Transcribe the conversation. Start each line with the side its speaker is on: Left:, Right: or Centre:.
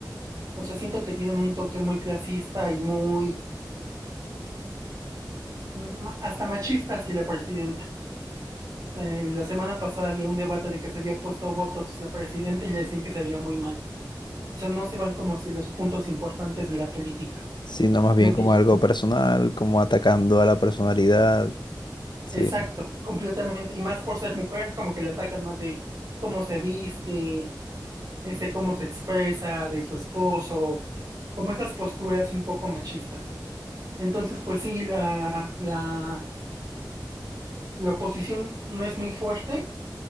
Right: O sea, siento que tienen un toque muy clasista y muy, mm, hasta machista hacia la presidenta. Eh, la semana pasada había un debate de que se había puesto Botox la presidenta y le decían que se veía muy mal. O sea, no se van como hacia los puntos importantes de la política,
Left: Sino más
Right: sino
Left: bien
Right: que,
Left: como algo personal, como atacando a la personalidad. sí
Right: exacto, completamente. Y más por ser mujer, como que le atacan más de cómo se viste, este, cómo se expresa, de su esposo, como esas posturas un poco machistas. Entonces, pues sí, la, la La oposición no es muy fuerte,